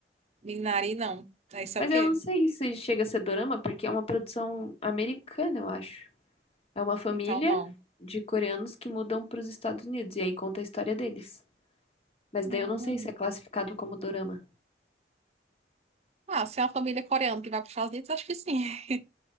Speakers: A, on the right; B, on the left.
A: Minari, não. Aí isso
B: Mas
A: é o quê?
B: eu não sei se chega a ser dorama, porque é uma produção americana, eu acho. É uma família
A: Então, não.
B: de coreanos que mudam para os Estados Unidos, e aí conta a história deles. Mas daí
A: Hum.
B: eu não sei se é classificado como dorama.
A: Ah, se é uma família coreana que vai para os Estados Unidos, acho que sim. <laughs>